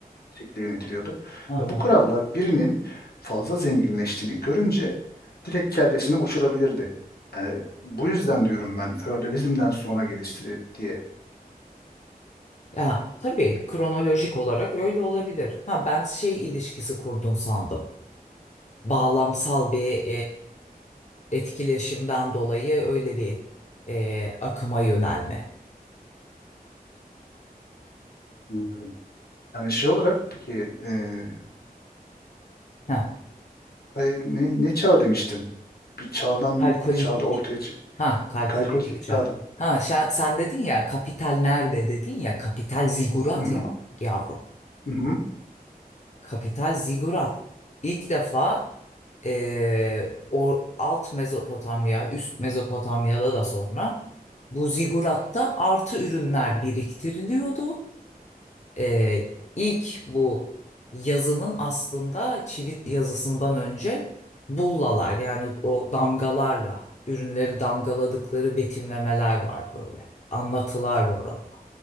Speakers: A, on the left; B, on the left.
A: şekilde yönetiliyordu.
B: Aha.
A: Ve bu krallar birinin fazla zenginleştiğini görünce direkt kellesini uçurabilirdi. Yani bu yüzden diyorum ben feodalizmden sonra gelişti diye.
B: Ya tabii kronolojik olarak öyle olabilir. Ha ben şey ilişkisi kurdun sandım. Bağlamsal bir etkileşimden dolayı öyle bir e, akıma yönelme.
A: Bilmiyorum. Yani şey olarak peki e,
B: Ha,
A: hani ne, ne çağ demiştin? Bir çağdan
B: kalkolitik.
A: çağda ortaya çık.
B: Ha, kalkolitik
A: Kalkolitik
B: çağ.
A: çağdan.
B: Ha, sen, sen dedin ya kapital nerede dedin ya kapital zigurat
A: Hı hı,
B: ya yavrum.
A: hı hı.
B: Kapital zigurat. İlk defa e, o alt Mezopotamya, üst Mezopotamya'da da sonra bu ziguratta artı ürünler biriktiriliyordu e, ilk bu yazının aslında çivit yazısından önce bullalar yani o damgalarla ürünleri damgaladıkları betimlemeler var böyle. Anlatılar var orada.